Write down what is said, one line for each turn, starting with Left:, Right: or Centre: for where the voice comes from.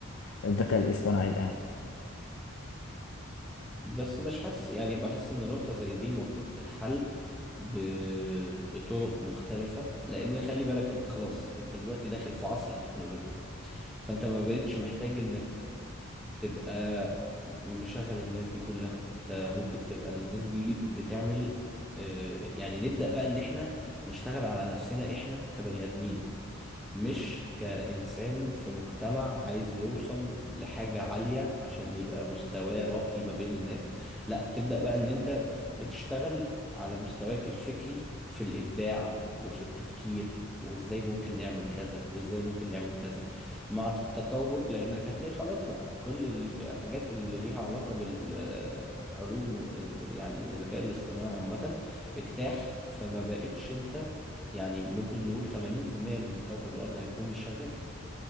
Left: الذكاء الاصطناعي الآن
Centre: بس مش حاسس يعني بحس إن نقطة زي دي المفروض تتحل ب... بطرق مختلفة لأن خلي بالك أنت خلاص أنت دلوقتي داخل في عصر التكنولوجيا فأنت ما بقتش محتاج إنك تبقى مشغل الناس دي كلها انت ممكن تبقى الناس دي بتعمل آه، يعني نبدأ بقى ان احنا نشتغل على نفسنا احنا كبني ادمين مش كإنسان في مجتمع عايز يوصل لحاجة عالية عشان يبقى مستواه راقي ما بين الناس لا تبدأ بقى ان انت بتشتغل على مستواك الفكري في الإبداع وفي التفكير وازاي ممكن نعمل كذا وازاي ممكن نعمل كذا مع التطور لانك هتلاقي خلاص بقى كل الحاجات اللي ليها علاقة بالعلوم يعني الذكاء الاصطناعي عامة اجتاح فما بقتش انت يعني ممكن نقول 80% من كوكب الأرض هيكون مش شغال